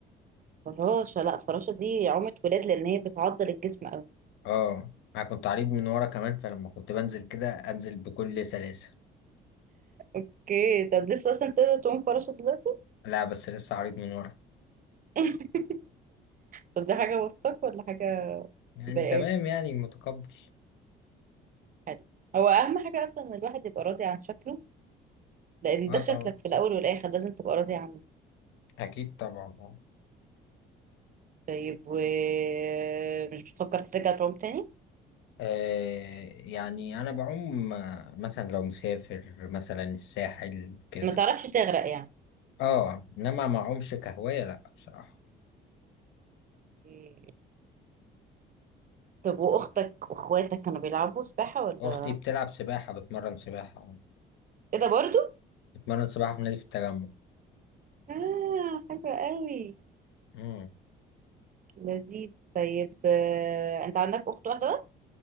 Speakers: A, on the right; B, on the left.
A: فراشة لا فراشة دي عومة ولاد لأن هي بتعضل الجسم أوي
B: اه انا كنت عريض من ورا كمان فلما كنت بنزل كده انزل بكل سلاسه
A: اوكي طب لسه أصلا تقدر تعوم فراشة دلوقتي؟
B: لا بس لسه عريض من ورا
A: <laughs> طب دي حاجة وسطك ولا حاجة
B: يعني
A: مضايقاك؟
B: تمام يعني متقبل
A: حلو هو أهم حاجة أصلا إن الواحد يبقى راضي عن شكله لأن
B: اه
A: ده شكلك
B: طبعا
A: في الأول والآخر لازم تبقى راضي عنه
B: اكيد طبعا اه
A: طيب ومش بتفكر ترجع تعوم تاني؟
B: آه، يعني انا بعوم آه، مثلا لو مسافر مثلا الساحل كده
A: ما تعرفش تغرق يعني
B: اه انما ما اعومش كهوايه لا بصراحه
A: إيه. طب وأختك وأخواتك كانوا بيلعبوا سباحة ولا
B: اختي بتلعب سباحه بتمرن سباحه
A: إيه ده برضو؟
B: بتمرن سباحه في نادي في التجمع
A: آه حلو قوي
B: امم
A: لذيذ طيب آه، أنت عندك أخت واحدة بس؟